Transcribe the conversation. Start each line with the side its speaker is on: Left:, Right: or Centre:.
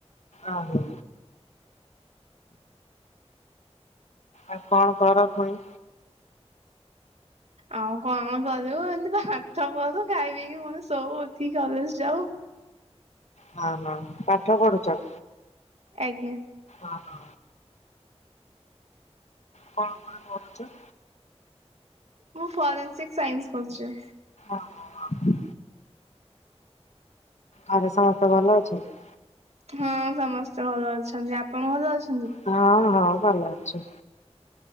Left: ଓ ହୋ। ଆଉ କଣ କର ପୁଣି?
Right: ଆଉ କଣ କରିବୁ ଏମିତି ପାଠ ପଢୁ ଖାଇ ପିଇକି ପୁଣି ଶୋଉ ଉଠିକି କଲେଜ୍ ଯାଉ।
Left: ହଁ ହଁ ପାଠ ପଢୁଛ?
Right: ଆଜ୍ଞା।
Left: ଓ ହୋ। କଣ କଣ ପଢୁଛ?
Right: ମୁଁ ଫରେନ୍ସିକ୍ ସାଇନ୍ସ୍ କରୁଛି।
Left: ଓ ହୋ। ଘରେ ସମସ୍ତେ ଭଲ ଅଛନ୍ତି?
Right: ହଁ ସମସ୍ତେ ଭଲ ଅଛନ୍ତି ଆପଣ ଭଲ ଅଛ
Left: ହଁ ହଁ ଭଲ ଅଛୁ।